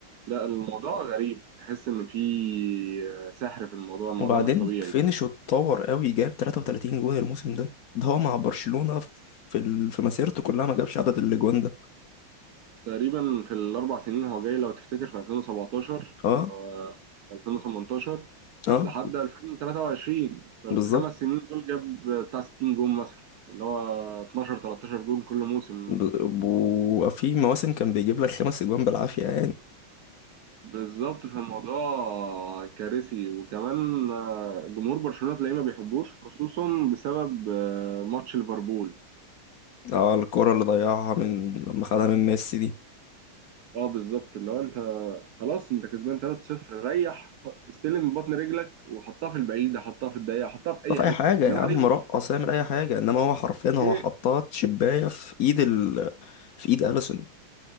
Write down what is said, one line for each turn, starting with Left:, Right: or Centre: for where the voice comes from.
Right: لا الموضوع غريب تحس ان في آه، سحر في الموضوع الموضوع
Left: وبعدين
Right: مش طبيعي
Left: فينش واتطور قوي جاب 33 جون الموسم ده ده هو مع برشلونة في ال... في مسيرته كلها ما جابش عدد الاجوان ده
Right: تقريبا في الاربع سنين هو جاي لو تفتكر في 2017
Left: اه
Right: آه، 2018
Left: اه
Right: لحد 2023 في
Left: بالظبط
Right: الخمس سنين دول جاب بتاع 60 جون مثلا اللي هو 12 13 جون كل موسم
Left: ب... وفي مواسم كان بيجيب لك خمس اجوان بالعافية يعني
Right: بالظبط فالموضوع كارثي وكمان آه، جمهور برشلونة تلاقيه ما بيحبوش خصوصا بسبب آه، ماتش ليفربول
Left: اه الكرة اللي ضيعها من لما خدها من ميسي دي
Right: اه بالظبط اللي هو انت خلاص انت كسبان 3-0 ريح ح- استلم من بطن رجلك وحطها في البعيدة حطها في الضيقة حطها في اي
Left: طب اي
Right: حتة
Left: حاجة
Right: انما
Left: يا عم
Right: ليه
Left: رقص اعمل اي حاجة انما هو حرفيا هو
Right: ايه
Left: حطات شباية في ايد ال... في ايد اليسون